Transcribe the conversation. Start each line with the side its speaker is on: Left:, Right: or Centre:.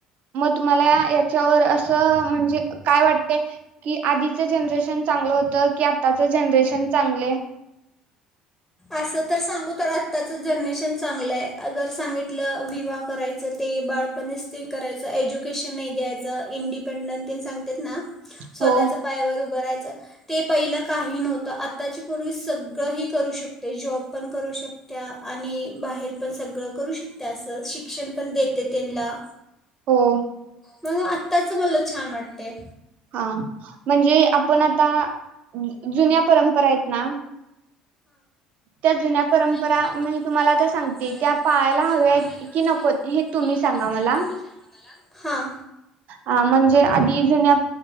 Right: मग तुम्हाला याच्यावर असं म्हणजे काय वाटते, की आधीचं जनरेशन चांगलं होतं, की आत्ताचं जनरेशन चांगलय?
Centre: असं तर सांगू तर आताच जनरेशन चांगलं आहे. जर सांगितलं विवाह करायचं ते बाळ पण ते करायचं एजू केशन नाहीं द्यायचं. इंडिपें डन सांगतात ना स्वतःच्या
Right: हो
Centre: पायावर उभरायच. ते पहिलं काही नव्हतं आताची पोर्गी सगळं ही करू शकते जॉब पण करू शकत. आणि बाहेर पण सगळं करू शकते अस, शिक्षण पण देते त्यांना
Right: हो
Centre: मग आत्ताच मला छान वाटते.
Right: हा म्हणजे आपण आता, जुन्या परंपरा आहेत ना. त्या जुन्या परंपरा
Centre: त्या जुन्या
Right: मी
Centre: परंपरा
Right: तुम्हाला आता
Centre: म्हण
Right: सांगते
Centre: तुम्हाला आता
Right: त्या
Centre: सांगते
Right: पाळायला हव्या
Centre: त्या पाळायला
Right: आहेत की
Centre: हव्या
Right: नको
Centre: आहेत
Right: हे तुम्ही
Centre: कि नको
Right: सांगा
Centre: हे
Right: मला
Centre: तुम्ही सांगा मला? हा.
Right: ह म्हणजे आधी जुन्या